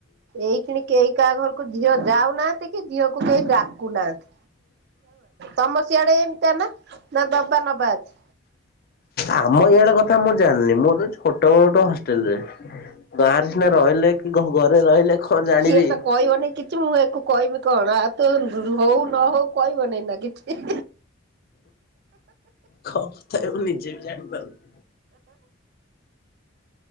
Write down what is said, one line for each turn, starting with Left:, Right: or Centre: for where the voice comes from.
Right: ଏଇ କେ କାହା ଘରକୁିଅ ଯ ଖାଉନାହାନ୍ତି କି ଝିଅକୁ କେ ଡାକୁନାହାନ୍ତି। ତମ ଶିଆଡେ ଏମତି ନା ନା ଦବା ନବାଛି
Left: ଆମ ଇଆଡେ କ କ ମୁଁ ଜାଣିଲି ମୁଁ ଛୋଟ ବ ଗୋଟ ହଷ୍ଟେଲ ରେ ଗାଁରେ ସିନା ରହିଲେ। କି ଘରେ ରହିଲେ କଣ ଜାଣିବି।
Right: ସିଏ ତ କହିବନି କିଛି ମୁଁ ୟାକୁ କହିବି କଣ ଆଉ ତ ହଉ ନ ହଉ କହିବ ନାଇଁ ନା କିଛି?
Left: କ କଥା ମୁ ନିଜେ ବି ଜାଣିପାରୁନି। <inaudible>